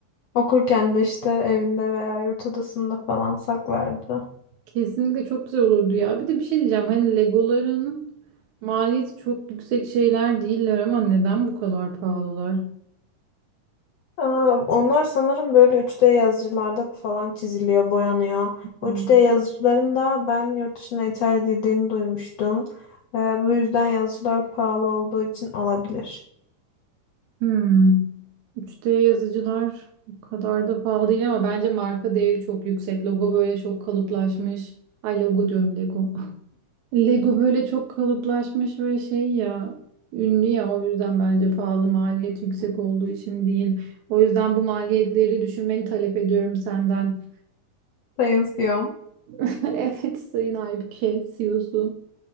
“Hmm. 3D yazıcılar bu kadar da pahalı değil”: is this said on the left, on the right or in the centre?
Right